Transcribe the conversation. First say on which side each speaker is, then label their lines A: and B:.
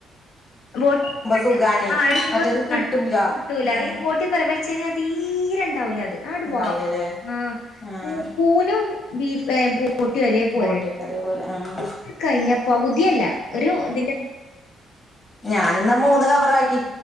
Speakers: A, on the left; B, on the left.
A: ബോട്ടി
B: സുഖാണേ
A: ആ എടുക്കുമ്പോ
B: മറ്റേത്
A: സൂാണ്
B: കിട്ടൂല
A: കിട്ടൂല
B: ഉം
A: ബോട്ടി തറ വെച്ച കഴിഞ്ഞാൽ തീ തീരണ്ടാവൂലേ അത് ആ
B: ഉണ്ടാവൂലല്ലേ
A: വാ ആ്
B: ആഹ്
A: കൂനും ബീഫ് ബോട്ടി ഒരേ പോലെ
B: ബോട്ടിയൊക്കെ അതേപോലെ ആഹ്
A: കഴിഞ്ഞ പകുതിയല്ല ഒരു ഇതിന്റെ
B: ഞാാനിന്ന മൂന്ന് കവറ ആാക്കി